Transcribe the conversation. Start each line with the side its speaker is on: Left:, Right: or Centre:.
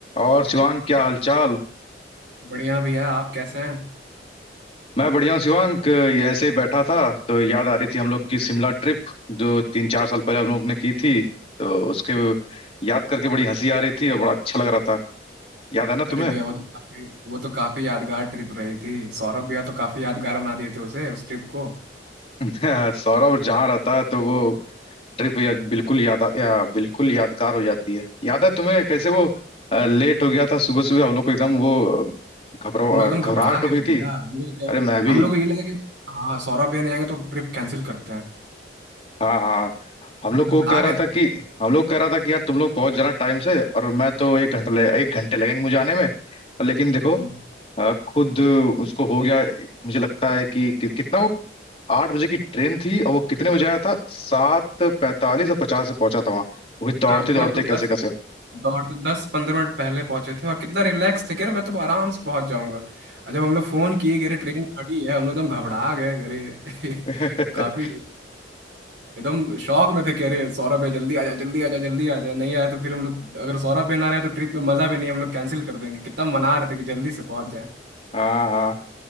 Left: और शिवांग क्या हालचाल
Right: बढ़िया भैया आप कैसे हैं
Left: मैं बढ़िया हूँ शिवांग ये ऐसे ही बैठा था तो याद आ रही थी हम लोग की शिमला ट्रिप जो तीन चार साल पहले हम लोग ने की थी तो उसके याद करके बड़ी हंसी आ रही थी और बड़ा अच्छा लग रहा था याद है ना
Right: अरे
Left: तुम्हें
Right: भैया वो तो काफी वो तो काफी यादगार ट्रिप रही थी सौरभ भैया तो काफी यादगार बना दिए थे उसे उस ट्रिप को
Left: <laughs> सौरभ जहाँ रहता है तो वो ट्रिप याद बिल्कुल याद आ- या, बिल्कुल यादगार हो जाती है याद है तुम्हें कैसे वो अ, लेट हो गया था सुबह सुबह हम लोग को एकदम वो अ, घबरा
Right: हम लोग एकदम
Left: अ, घबराहट
Right: घबरा
Left: हो
Right: गए
Left: गई
Right: थे
Left: थी
Right: भैया हम लोग क्या
Left: अरे मैं भी
Right: हम लोग को ये लगा कि हाँ सौरभ भैया नहीं आएंगे तो ट्रिप कैंसिल करते हैं
Left: हाँ हाँ हम
Right: हम
Left: लोग
Right: लोग
Left: को
Right: घबरा
Left: कह रहा
Right: गए थे
Left: था कि हम लोग कह रहा था कि यार तुम लोग पहुंच जाना टाइम से और मैं तो एक घंटा लगे एक घंटे लगेंगे मुझे आने में लेकिन देखो
Right: हम्म,
Left: अ, खुद उसको हो गया मुझे लगता है कि, कि कितना वो आठ बजे की ट्रेन थी और वो कितने बजे आया था सात पैंतालीस और पचास से पहुंचा था वहां वो भी दौड़ते
Right: हाँ मतलब
Left: दौड़ते कैसे
Right: दस
Left: कैसे
Right: दौड़ दस पंद्रह मिनट पहले पहुंचे थे और कितना रिलैक्स थे कि अरे मैं तो आराम से पहुंच जाऊंगा और जब हम लोग फोन किए कि अरे ट्रेन खड़ी है हम लोग एकदम घबरा गए कि अरे <laughs>
Left: <laughs>
Right: काफी एकदम शौक में थे कह रहे सौरभ है जल्दी आ जा जल्दी आ जा जल्दी आ जा नहीं आया तो फिर हम लोग अगर सौरभ भी ना रहे तो ट्रिप में मजा भी नहीं हम लोग कैंसिल कर देंगे कितना मना रहे थे कि जल्दी से पहुंच जाए
Left: हाँ हाँ